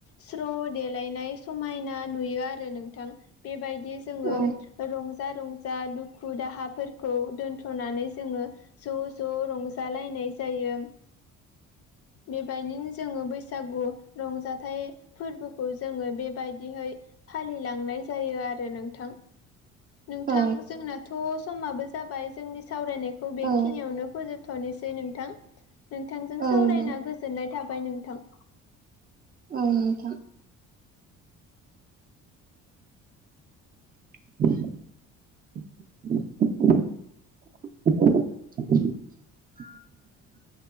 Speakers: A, on the left; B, on the right.
A: स्र' देलायनाय समायना नुयो आरो नोंथां बेबायदि जोङो
B: औ
A: रंजा-रंजा दुखु-दाहाफोरखौ दोनथ'नानै जोङो ज'-ज' रंजालायनाय जायो। बेबायदिनो जोङो बैसागु रंजाथाइ फोरबोखौ जोङो बेबायदिहै फालिलांनाय जायो आरो नोंथां। नोंथां
B: औ
A: जोंनाथ' समाबो जाबाय जोंनि सावरायनायखौ बेखिनियावनो
B: औ
A: फोजोब थ'नोसै नोंथां नोंथांजों
B: औ औ
A: सावरायना गोजोननाय थाबाय नोंथां।
B: औ नोंथां। <unintelligible> <inaudible> <unintelligible> <inaudible>